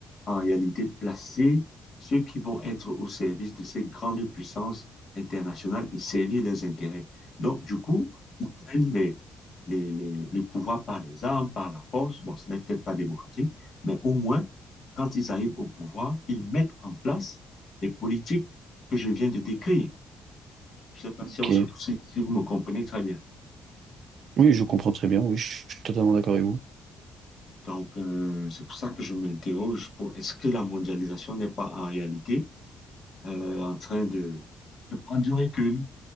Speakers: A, on the left; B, on the right.
A: en réalité, placer ceux qui vont être au service de ces grandes puissances internationales et servir leurs intérêts. Donc, du coup, ils prennent les, les, les- le pouvoir par les armes, par la force. Bon, ce n'est peut-être pas démocratique, mais au moins, quand ils arrivent au pouvoir, ils mettent en place les politiques que je viens de décrire. Je ne sais pas si,
B: Ok.
A: on se- si, si vous me comprenez très bien.
B: Oui, je comprends très bien. Oui, je suis totalement d'accord avec vous.
A: Donc, euh, c'est pour ça que je m'interroge pour est-ce que la mondialisation n'est pas en réalité euh, en train de, de prendre du recul?